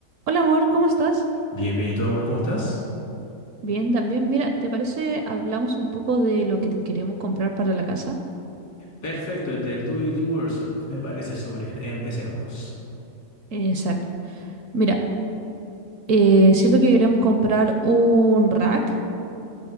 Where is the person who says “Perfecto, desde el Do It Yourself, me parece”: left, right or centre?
Left